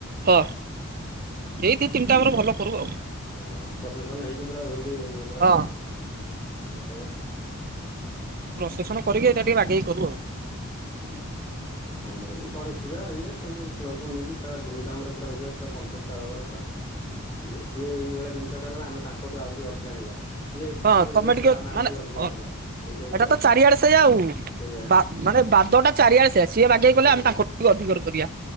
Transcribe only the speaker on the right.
ହଁ ଏଇ ଦି ତିନିଟା ଆମର ଭଲ କରୁ ଆଉ।
ହଁ
ପ୍ରସେସନ କରିକି ଏଇଟା ଟିକେ ବାଗେଇକି କରୁ ଆଉ।
ହଁ
ତମେ
ମାନେ
ଅ
ଏଟା
ତ
ଚାରିଆଡେ ସେଇଆ ଆଉ।
ବା ମାନେ ବାଦଟା ଚାରିଆଡେସେଆ ସିଏ ବାଗେଇ
କଲେ
ଆମେ ତାଙ୍କୁ ଟିକେ ଅଧିକର କରିବା।